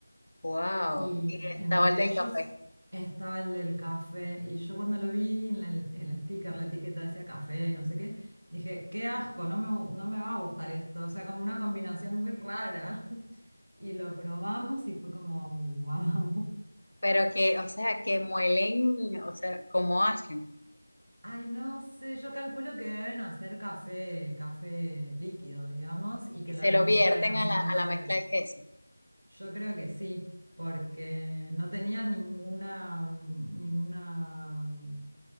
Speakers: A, on the left; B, on the right.
A: Wow.
B: Y
A: Y estaba
B: entre
A: el del
B: ellos
A: café.
B: estaba el del café. Y yo cuando lo vi en el, el sticker, la etiqueta decía café, no sé qué, dije, qué asco, no me, gu- no me va a gustar esto. O sea, como una combinación muy rara. <laughs> Y lo probamos y fue como, wow.
A: Pero que, o sea, que muelen, o sea, ¿cómo hacen?
B: Ay, no sé, yo calculo que deben hacer café, café líquido, digamos, y que
A: Y
B: lo
A: se
B: deben
A: lo
B: mezclar
A: vierten
B: en algún
A: a la,
B: momento
A: a la
B: del-
A: mezcla de queso.
B: Yo creo que sí, porque no tenía ninguna, mm, ninguna mm,